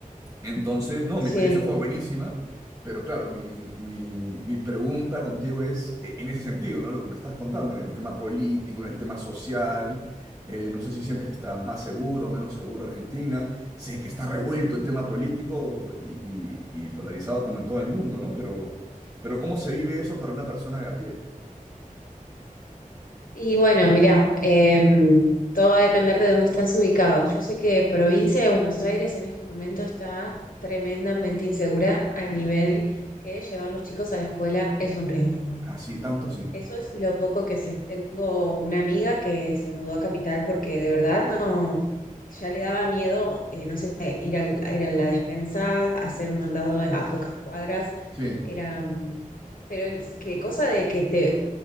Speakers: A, on the right; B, on the left.
A: Entonces, no,
B: Sí.
A: mi experiencia fue buenísima, pero claro, mi, mi- mi pregunta contigo es eh, en ese sentido, ¿no? Lo que me estás contando, en el tema político, en el tema social, eh, no sé si sientes que está más seguro o menos seguro Argentina, sé que está revuelto el tema político y, y- y polarizado como en todo el mundo, ¿no? Pero, pero ¿cómo se vive eso para una persona de a pie?
B: Y bueno, mirá, em, todo va a depender de dónde estás ubicado. Yo sé que provincia de Buenos Aires en este momento está tremendamente insegura a
A: Sí.
B: nivel que llevar los chicos a la escuela es un riesgo.
A: Así, tanto sí.
B: Eso es lo poco que sé. Tengo una amiga que se mudó a Capital porque de verdad no, ya le daba miedo, eh, no sé, ir al- a ir a la despensa, hacer un mandado a pocas cuadras.
A: Sí,
B: Era, mm, pero es que cosa de que te